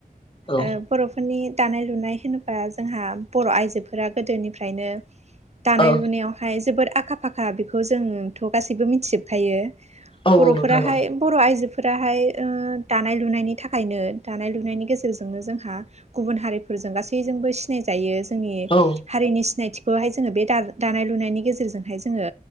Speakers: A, on the left; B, on the right.
A: औ
B: ओ बर'फोरनि दानाय लुनाय होनोबा जोंहा बर' आइजोफोरा गोदोनिफ्रायनो दानाय
A: औ
B: लुनायावहाय जोबोर आखा फाखा बेखौ जोंथ' गासैबो मिथिजोबखायो
A: औ
B: बर'फोराहाय
A: औ नोंथां औ
B: बर' आइजोफोराहाय ओ दानाय लुनायनि था खायनो दानाय लुनायनि गेजेरजोंनो जोंहा गुबुन हारिफोरजों गासैजोंबो सिनाय जायो जोंनि
A: औ
B: हारिनि सिनायथि खौहाय जोंङो बे दानाय लुनायनि गेजेरजोंहाय जोंङो